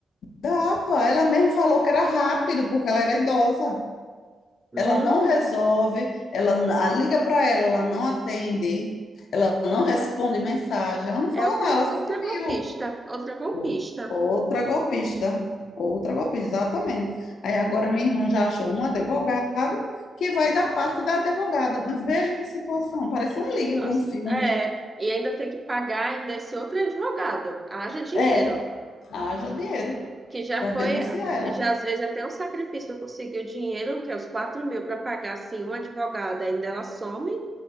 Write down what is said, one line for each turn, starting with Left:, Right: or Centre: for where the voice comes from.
Left: tava, ela mesmo falou que era rápido, porque ela era idosa.
Right: Meu
Left: Ela não
Right: Deus,
Left: resolve, ela a liga para ela, ela não atende, ela não responde mensagem, ela não fala
Right: é outra,
Left: nada, ela
Right: outra
Left: sumiu.
Right: golpista, outra golpista.
Left: O- Outra golpista, outra golpista, exatamente. Aí agora minha irmã já achou um advogado que vai da parte da advogada. Mas veja que situação, parece
Right: Que
Left: um
Right: situação.
Left: livro, um filme.
Right: É, e ainda tem que pagar ainda esse outro advogado. Haja dinheiro.
Left: É, haja dinheiro
Right: que já
Left: para
Right: foi,
Left: denunciar ela.
Right: já às vezes até um sacrifício eu conseguir o dinheiro, que é os 4 mil para pagar assim um advogado, ainda ela some,